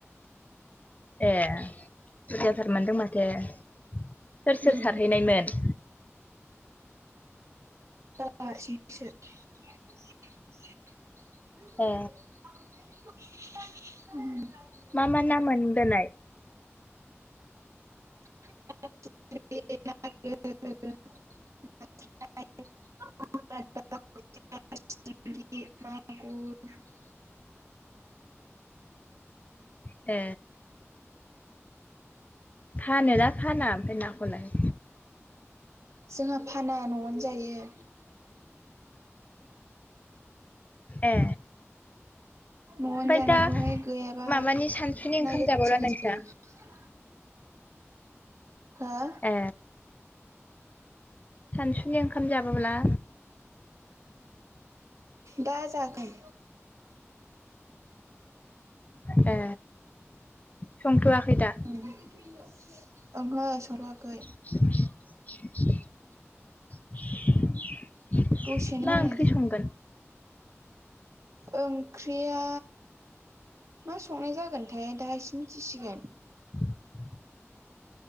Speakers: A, on the left; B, on the right.
A: ए बुरजाथार मोनदों माथो सोर सोर
B: उम
A: सारहैनायमोन?
B: बाबा हारसिंसो। <unintelligible>
A: ए मा मा ना मोनबोनाय?
B: <unintelligible> <unintelligible> ना फिथिग्रि मागुर
A: ए फानोना फाना ओमफ्राय नाखौ लाय?
B: जोंहा फाना न'आवनो जायो।
A: ए
B: न'आवनो
A: ओमफ्राय
B: जानांगौहाय
A: दा
B: गैयाबा
A: माबानि सानसुनि ओंखाम
B: नागिरथिनाय
A: जाबावला नोंस्रा?
B: जायो। हो?
A: ए सानसुनि ओंखाम जाबोब्ला।
B: दा जागोन।
A: ए संथ'वाखै दा
B: ओंहो संथयाखै।
A: <inaudible>
B: दसेनो
A: मा
B: मोनो
A: ओंख्रि
B: दै।
A: संगोन?
B: ओंख्रिया। मा संनाय जागोनथाय दाहायसे मिथिसिगोन।
A: <inaudible>